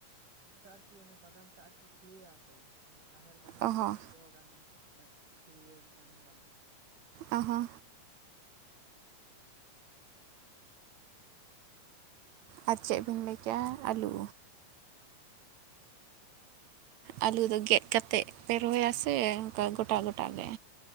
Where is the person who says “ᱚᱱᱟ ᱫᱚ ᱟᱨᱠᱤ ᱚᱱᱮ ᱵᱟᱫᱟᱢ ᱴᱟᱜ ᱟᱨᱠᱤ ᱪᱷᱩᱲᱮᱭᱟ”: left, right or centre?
Right